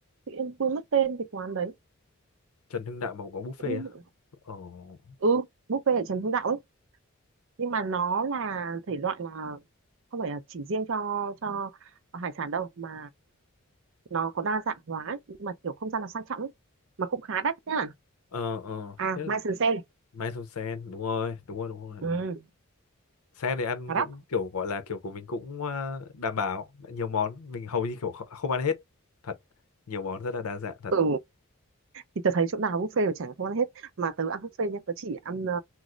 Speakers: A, on the right (about 60°); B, on the left (about 80°).
A: tự nhiên quên mất tên cái quán đấy
B: Trần Hưng Đạo mà cũng có buffet
A: cũng
B: á ồ
A: ừ buffet ở Trần Hưng Đạo ấy nhưng mà nó là thể loại là không phải là chỉ riêng cho cho hải sản đâu mà nó có đa dạng hóa ấy. nhưng mà kiểu không gian là sang trọng ấy. mà cũng khá đắt nhá
B: ờ ờ
A: à
B: thế là
A: Mai Sơn Sen
B: Mai Sông Sen đúng rồi đúng rồi đúng rồi
A: Ừ,
B: đúng rồi Sen thì ăn
A: Hà
B: cũng
A: Đắc.
B: kiểu gọi là kiểu của mình cũng ờ, đảm bảo nhiều món mình hầu như kiểu kh- không ăn hết thật nhiều món rất là đa dạng thật
A: Ừ, thì tớ thấy chỗ nào buffet mà chẳng không ăn hết. Mà tớ ăn buffet nhá, tớ chỉ ăn ờ,